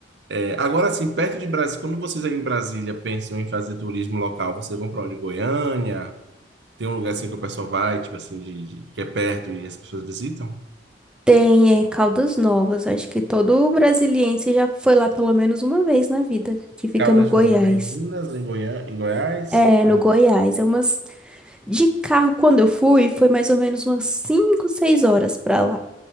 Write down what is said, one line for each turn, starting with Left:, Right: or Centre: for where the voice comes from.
Right: É, agora, assim, perto de Brasília, quando vocês aí em Brasília pensam em fazer turismo local, vocês vão para onde? Goiânia? Tem um lugar assim que o pessoal vai, tipo assim, de, de- que é perto e as pessoas visitam?
Centre: Tem, é, Caldas Novas. Acho que todo brasiliense já foi lá pelo menos uma vez na vida, que fica
Right: Caldas
Centre: no Goiás.
Right: Novas é em Minas, em Goiânia, em Goiás?
Centre: É,
Right: Não.
Centre: no Goiás. É umas. De carro, quando eu fui, foi mais ou menos umas 5 6 horas pra lá.